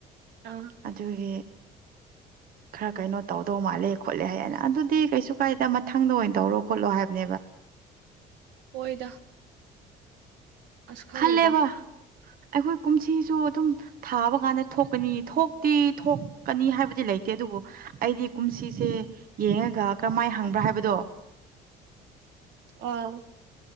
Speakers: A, on the right; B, on the right.
A: ꯑꯥ
B: ꯑꯗꯨꯒꯤ ꯈꯔ ꯀꯩꯅꯣ ꯇꯧꯗꯧ ꯃꯥꯜꯂꯦ ꯈꯣꯠꯂꯦ ꯍꯥꯏꯌꯦꯅ ꯑꯗꯨꯗꯤ ꯀꯩꯁꯨ ꯀꯥꯏꯗ ꯃꯊꯪꯗ ꯑꯣꯏꯅ ꯇꯧꯔꯣ ꯈꯣꯠꯂꯣ ꯍꯥꯏꯕꯅꯦꯕ <inaudible>
A: ꯑꯣꯏꯣꯏꯗ ꯑꯁ ꯈꯪꯦꯗ
B: ꯈꯜꯂꯦꯕ ꯑꯩꯈꯣꯏ ꯀꯨꯝꯁꯤꯁꯨ ꯑꯗꯨꯝ ꯊꯥꯕ ꯀꯥꯟꯗ ꯊꯣꯛꯀꯅꯤ ꯊꯣꯛꯇꯤ ꯊꯣꯛꯀꯅꯤ ꯍꯥꯏꯕꯗꯤ ꯂꯩ ꯂꯩꯇꯦ ꯑꯗꯨꯕꯨ ꯑꯩꯗꯤ ꯀꯨꯝꯁꯤ ꯁꯦ ꯌꯦꯡꯉꯒ ꯀꯔꯝꯍꯥꯏꯅ ꯍꯪꯕ꯭ꯔꯥ ꯍꯥꯏꯕꯗꯣ
A: ꯑꯥ